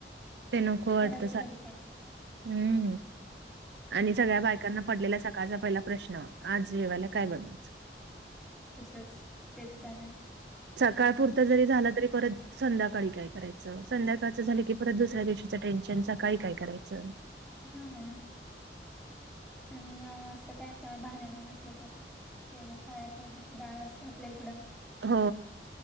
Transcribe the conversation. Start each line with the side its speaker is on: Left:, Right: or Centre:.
Right: ते न खो वाटत
Centre: करायचं तरी काय
Right: हम्म. आणि सगळ्या बायकांना पडलेला सकाळचा पहिला प्रश्न आज जेवायला काय बनवायचं.
Centre: तसच तेच झालं.
Right: सकाळ पुरता जरी झाला तरी परत संध्याकाळी काय करायचं संध्याकाळचं झालं की परत दुसऱ्या दिवशीचं टेन्शन सकाळी काय करायचं.
Centre: हा ना आणि असं काय आता भाज्यांना नसलं तर ते काळे्या पावटीची डाळ असते आपल्या इकडं.
Right: हो.